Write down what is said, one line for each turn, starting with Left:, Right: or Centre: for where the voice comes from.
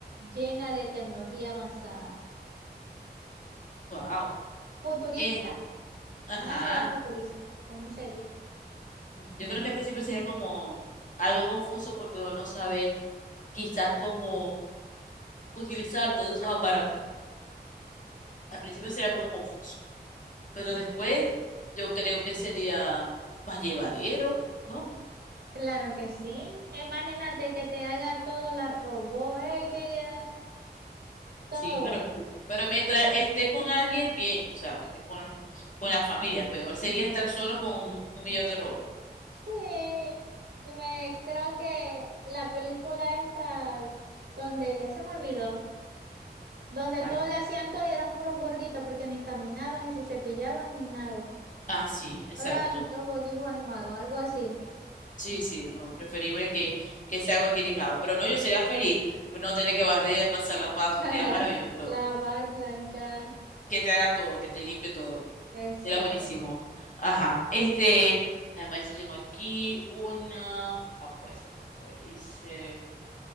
Right: llena de tecnología avanzada?
Left: Wow.
Right: Futurista,
Left: Eh, ajá.
Right: una ciudad futurista. ¿Cómo sería?
Left: Yo creo que al principio sería como algo confuso porque uno no sabe quizás cómo utilizar todos esos aparatos. Al principio sería como confuso, pero después yo creo que sería más llevadero, ¿no?
Right: Claro que sí. Imagínate que te haga todo la robot, eh, que todo.
Left: Sí, pero, pero mientras esté con alguien, bien, o sea, que esté con, con la familia, peor sería estar solo con un, un millón de robots.
Right: Sí. Y Me creo que la película esta donde ya se me olvidó. Donde
Left: Vale.
Right: todo le hacían todo y eran puros gorditos porque ni caminaban, ni se cepillaban, ni nada.
Left: Ah, sí, exacto.
Right: Eran los dibujos animados, algo así.
Left: Sí, sí, no, preferible que, que sea algo equilibrado. Pero no, yo sería feliz, pero no tener que barrer, pasar la paz,
Right: <laughs>
Left: sería maravilloso.
Right: Lavar, planchar.
Left: Que te haga todo, que te limpie todo,
Right: Exacto.
Left: sería buenísimo. Ajá, este, déjame ver si tengo aquí una, ah, pues se me fue, dice,